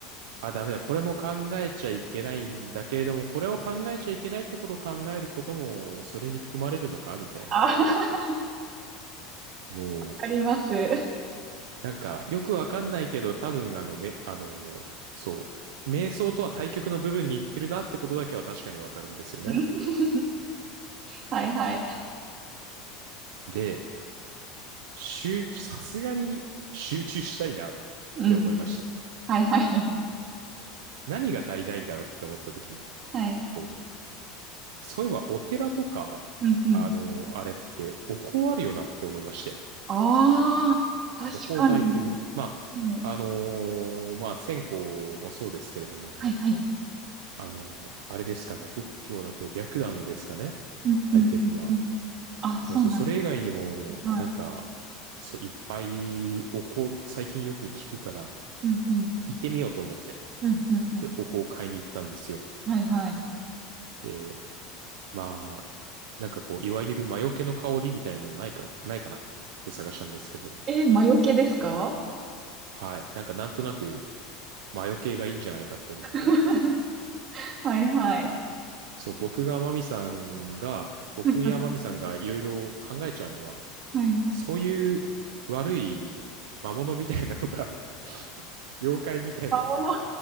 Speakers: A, on the right; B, on the right.
A: あ、ダメだ。これも考えちゃいけないんだけれども、これを考えちゃいけないってことを考えることも、それに含まれるのかみたいな。
B: あ、<laughs>
A: もう、
B: あります。
A: なんか、よくわかんないけど、多分、あの、め、あの、そう、瞑想とは対極の部分に行ってるなってことだけは確かにわかるんですよね。
B: うん <laughs> はいはい。
A: で、集中、さすがに集中したいなっ
B: うん
A: て思いまして。
B: はいはい。
A: 何が足りないんだろうって思った時に、
B: <laughs> はい。
A: こう、そういえばお寺とか、
B: うんうん。
A: あの、あれって、お香あるよなって思いまして。
B: ああ、確かに。
A: お香を焚いてる。ま
B: ね、
A: あ、あのーまあ、線香もそうですけれども、
B: はいはい。
A: あの、あれですかね。仏教だと白檀ですかね。
B: うんうんうんうん。
A: 炊いてるのは。
B: あ、そうなんで
A: でもそう、それ以外にも、
B: す。はい。
A: なんか、そう、いっぱいお香、最近よく聞くから、
B: うんうん。
A: 行ってみようと思って。
B: うんうんうん。
A: で、お香を買いに行ったんですよ。
B: はいはい。
A: で、まあ、なんかこう、いわゆる魔除けの香りみたいなのないか、ないかなって探したんですけど、
B: え、魔除けですか
A: はい。なんかなんとなく魔除けがいいんじゃないかって思って。
B: <laughs> はいはい。
A: そう、僕がマミさんが、僕やマミさんがいろいろ考えちゃうのは、
B: はいはい。はい。
A: そういう悪い魔物みたいなのが <laughs> 妖怪みたいなのが
B: 魔物。